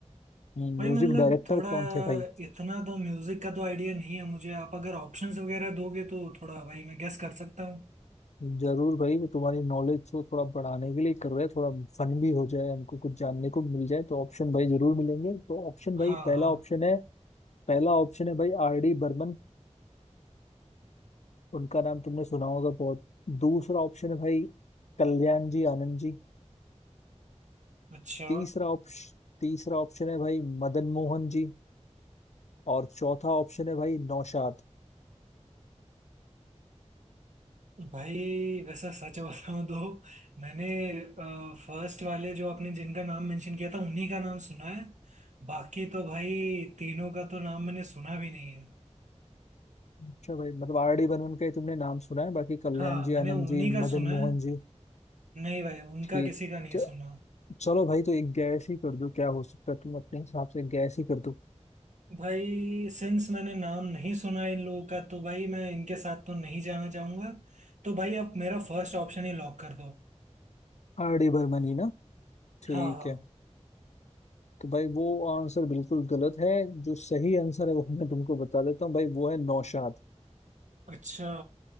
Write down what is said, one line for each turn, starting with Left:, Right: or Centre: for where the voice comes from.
Left: म्यूजिक
Right: भाई मतलब
Left: डायरेक्टर
Right: थोड़ा
Left: कौन थे भाई
Right: इतना तो म्यूजिक का तो आइडिया नहीं है मुझे आप अगर ऑप्शंस वगैरह दोगे तो थोड़ा भाई मैं गेस कर सकता हूँ
Left: जरूर भाई वो तुम्हारी नॉलेज को थोड़ा बढ़ाने के लिए कर रहे हैं थोड़ा फन भी हो जाए हमको कुछ जानने को मिल जाए तो ऑप्शन भाई जरूर मिलेंगे तो ऑप्शन
Right: हाँ
Left: भाई पहला
Right: हाँ
Left: ऑप्शन है पहला ऑप्शन है भाई आर डी बर्मन उनका नाम तुमने सुना होगा बहुत दूसरा ऑप्शन है भाई कल्याण जी आनंद जी
Right: अच्छा
Left: तीसरा ऑप्शन तीसरा ऑप्शन है भाई मदन मोहन जी और चौथा ऑप्शन है भाई नौशाद
Right: भाई वैसा सच बताऊं तो मैंने फर्स्ट वाले जो आपने जिनका नाम मेंशन किया था उन्हीं का नाम सुना है बाकी तो भाई तीनों का तो नाम मैंने सुना भी नहीं है
Left: अच्छा भाई मतलब आर डी बर्मन का ही तुमने नाम सुना है बाकी कल्याण
Right: हाँ
Left: जी
Right: मैंने
Left: आनंद
Right: उन्हीं
Left: जी
Right: का
Left: मदन
Right: सुना
Left: मोहन
Right: है
Left: जी
Right: नहीं भाई उनका
Left: ठीक
Right: किसी का नहीं
Left: च-
Right: सुना
Left: चलो भाई तो एक गैस ही कर दो क्या हो सकता है तुम अपने हिसाब से गैस ही कर दो
Right: भाई सिंस मैंने नाम नहीं सुना है इन लोगों का तो भाई मैं इनके साथ तो नहीं जाना चाहूंगा तो भाई आप मेरा फर्स्ट ऑप्शन ही लॉक कर दो
Left: आर डी बर्मन ही ना ठीक
Right: हाँ हाँ
Left: है तो भाई वो आंसर बिल्कुल गलत है जो सही आंसर है वो मैं तुमको बता देता हूँ भाई वो है नौशाद
Right: अच्छा